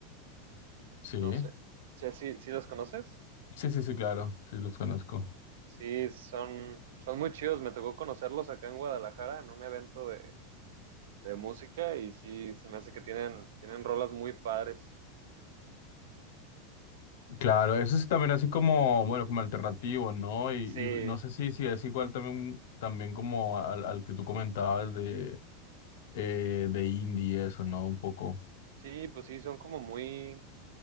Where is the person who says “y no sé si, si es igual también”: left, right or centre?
Left